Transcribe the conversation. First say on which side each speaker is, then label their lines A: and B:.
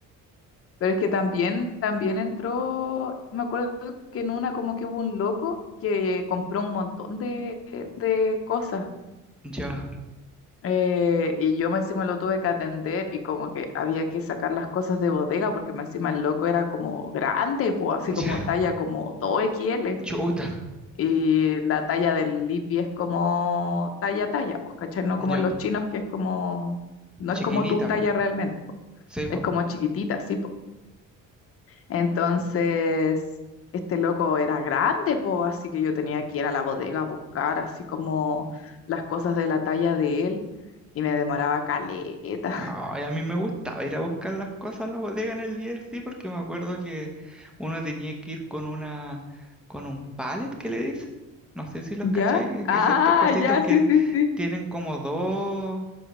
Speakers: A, on the left; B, in the centre.
A: Pero es que también, también entró, me acuerdo que en una como que hubo un loco que compró un montón de, de cosas.
B: Ya,
A: eh, y yo me encima lo tuve que atender y como que había que sacar las cosas de bodega porque me encima el loco era como grande, pues así
B: ya,
A: como talla como todo XL.
B: <laughs> chuta,
A: Y la talla del Lipi es como talla talla, pues cachai, no como
B: ya,
A: en los chinos que es como, no
B: chiquinita,
A: es como tu talla
B: po.
A: realmente, po.
B: Sí, po.
A: es como chiquitita, sí, Entonces, este loco era grande, po, así que yo tenía que ir a la bodega a buscar así como las cosas de la talla de él y me demoraba caleta.
B: Ay,
A: <laughs>
B: a mí me gustaba ir a buscar las cosas a la bodega en el líder, sí, porque me acuerdo que uno tenía que ir con una, con un pallet que le dice, no sé si los
A: ¿Ya?
B: cacháis, que
A: Ah,
B: que es estos cositos
A: ya,
B: que
A: sí, sí, sí.
B: tienen como dos,